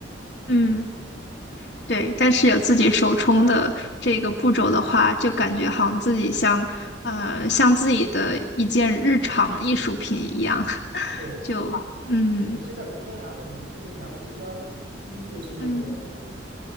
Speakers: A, on the right; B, on the left.
A: 啊。
B: 嗯，对。但是有自己手冲的这个步骤的话，就感觉好像自己像呃像自己的一件日常艺术品一样，<laughs>
A: 对。
B: 就嗯
A: 是，现在我就喝两种，就两个极端，一就是那个
B: 嗯